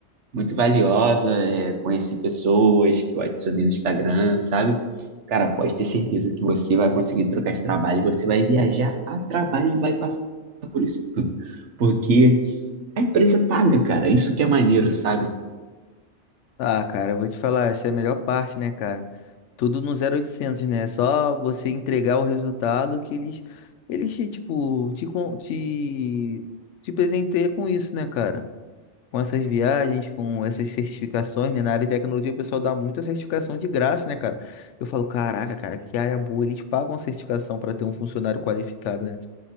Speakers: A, on the right; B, on the left.
A: muito valiosa, é, conheci pessoas que eu adicionei no Instagram, sabe? Cara, pode ter certeza que você vai conseguir trocar de trabalho, você vai viajar a trabalho e vai passar por isso tudo. Porque a empresa paga, cara, isso que é maneiro, sabe?
B: Ah, cara, eu vou te falar, essa é a melhor parte, né, cara? Tudo no 0800, né? Só você entregar o resultado que eles, eles te, tipo, te, con- te, te presenteiam com isso, né, cara? com essas viagens, com essas certificações, né? Na área de tecnologia, o pessoal dá muita certificação de graça, né, cara? Eu falo, caraca, cara, que área boa. Eles pagam a certificação para ter um funcionário qualificado, né?